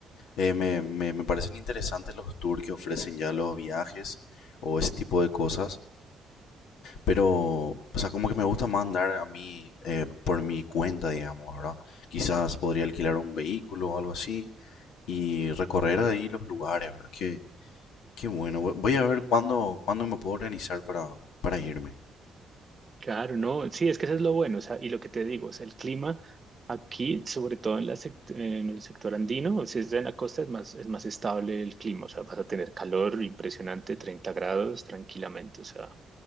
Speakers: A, on the left; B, on the right.
A: eh, me, me, me parecen interesantes los tours que ofrecen ya los viajes o ese tipo de cosas. Pero, o sea, como que me gusta más andar a mí eh, por mi cuenta, digamos, ¿verdad? Quizás podría alquilar un vehículo o algo así y recorrer ahí los lugares, ¿verdad? Qué, qué bueno. Voy voy a ver cuándo, cuándo me puedo organizar para, para irme.
B: Claro, no, sí, es que eso es lo bueno, o sea, y lo que te digo, o sea, el clima aquí, sobre todo en la sec- en el sector andino, si es en la costa es más, es más estable el clima, o sea, vas a tener calor impresionante, 30 grados tranquilamente, o sea,